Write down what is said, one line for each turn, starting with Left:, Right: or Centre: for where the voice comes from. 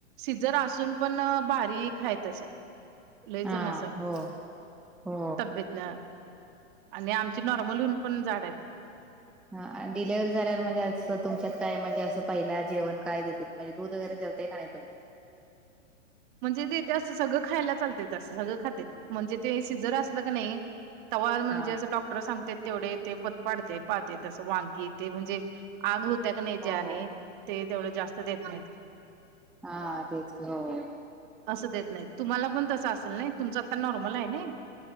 Right: सिझर असून पण बारीक हाय तशा लई
Centre: हा
Right: जन अस
Centre: हो हो
Right: तब्येत न आणि आमची नॉर्मल होऊन पण जाड आहेत.
Centre: ह डिलिव्हरी झाल्यावर म्हणजे असं तुमच्यात काय? म्हणजे असं पहिला जेवन काय देतेत म्हणजे दूध वगैरे ते नाय एवढं.
Right: म्हणजे देते असं सगळं खायला चालतय असं, सगळं खातेत म्हणजे ते सिजर असलं का नाही? तवा म्हणजे
Centre: हा
Right: असं डॉक्टर सांगतेत तेवढे, ते पथ पाडते पाळते तसं वांगी ते म्हणजे आग होतिया का नाही? ज्याने
Centre: हो हो
Right: ते तेवढं जास्त देत नाहीत.
Centre: हा तेच की होय.
Right: असं देत नाहीत तुम्हाला पण तसं असेल नाही, तुमचं आता नॉर्मल हाय नाई